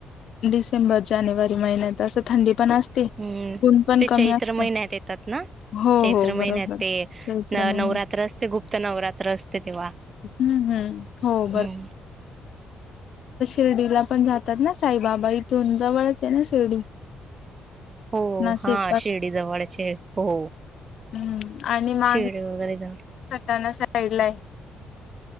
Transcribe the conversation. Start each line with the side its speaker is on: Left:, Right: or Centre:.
Left: डिसेंबर, जानेवारी, महिन्यात असं थंडी पण असते
Right: हूं
Left: ऊन पण
Right: ते
Left: कमी
Right: चैत्र
Left: असत
Right: महिन्यात येतात ना.
Left: हो
Right: चैत्र
Left: हो बरोबर
Right: महिन्यात ते
Left: चैत्र
Right: न
Left: महिन्यात
Right: नवरात्र असते गुप्त नवरात्र असते तेव्हा
Left: हम्म हम्म हो
Right: हूं.
Left: र्डीला पण जातात ना साईबाबा इथून जवळच हे ना शिर्डी.
Right: हो
Left: नाशिक
Right: हा शिर्डी जवळचये हो.
Left: हूं! आणि मांगी
Right: शिर्डी
Left: तुंगी
Right: वगैरे जवळ
Left: सटाणा साईड लाय